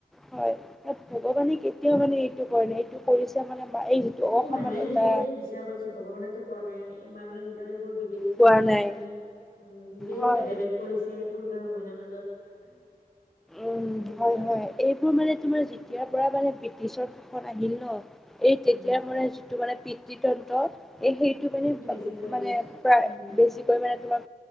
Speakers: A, in the centre; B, on the left.
A: হয় তাত ভগৱানে কেতিয়াও মানে এইটো কৰে নাই এইটো কৰিছে মানে এই যিটো
B: এইটো
A: অসমানতা
B: মানুহে নিজেই বিচাৰ কৰিছে ভগৱানো কোৱা নাই মানুহে নিজৰ এইবোৰ বেচি
A: কোৱা নাই
B: মানে উ নিজেই
A: হয়
B: বোৰ ভেদা-ভেদ কৰিছে পুৰুষ আৰু মহিলাৰ মাজত
A: উম,
B: তেনেকুৱা
A: হয়,
B: আৰু
A: হয়, এইবোৰ মানে তোমাৰ যেতিয়াৰ পৰা মানে ব্ৰিটিছৰ আহিল ন এই তেতিয়া
B: উম
A: মানে, যিটো মানে, পিতৃ তন্ত্ৰ এই সেইটো মানে,
B: বেছিকৈ হৈছে
A: মানে, প্ৰায়
B: উম
A: বেছিকৈ মানে, তোমাৰ